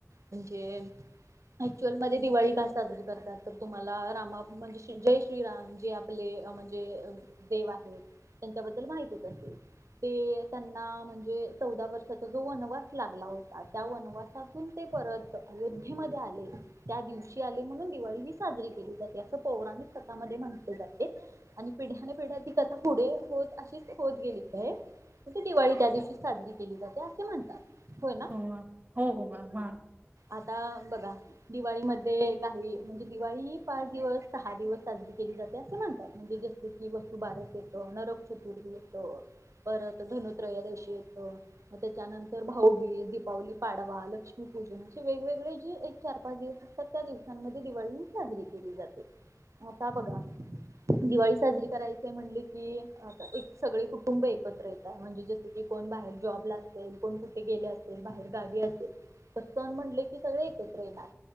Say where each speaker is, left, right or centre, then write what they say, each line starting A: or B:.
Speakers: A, on the right; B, on the right.
A: म्हणजे ऍक्चुअल मध्ये दिवाळी का साजरी करतात तर तुम्हाला रामा म्हणजे जय श्रीराम जे आपले म्हणजे देव आहेत त्यांच्याबद्दल माहितीच असेल ते त्यांना म्हणजे चौदा वर्षाचा जो वनवास लागला होता त्या वनवासातून ते परत अयोध्येमध्ये आले त्या दिवशी आले म्हणून दिवाळी ही साजरी केली जाते असं पौराणिक शता मध्ये म्हंटले जाते आणि पिढ्या पेढ्या ती कथा पुढे होत अशीच होत गेली काय ते दिवाळी त्या दिवशीच साजरी केली जाते असे म्हणतात. होय ना
B: हो मॅम हो हो मॅम
A: आता बघा दिवाळीमध्ये काही म्हणजे दिवाळी ही पाच दिवस, सहा दिवस साजरी केली जाते असं म्हणतात म्हणजे जसे वसुबारस येत, नरक चतुर्थी येत, परत धनुत्रयोदशी येतं मग त्याच्यानंतर भाऊबीज, दीपावली पाडवा, लक्ष्मीपूजन असे वेगवेगळे जे एक चार पाच दिवस असतात त्या दिवसांमध्ये दिवाळी ही साजरी केली जाते आता बघा दिवाळी साजरी करायचाय म्हटल की आता एक सगळे कुटुंब एकत्र येता म्हणजे जस की कोण बाहेर जॉबला असेल, कोण कुठे गेले असेल, बाहेर गावी असेल तर सन म्हणले की सगळे एकत्र येणार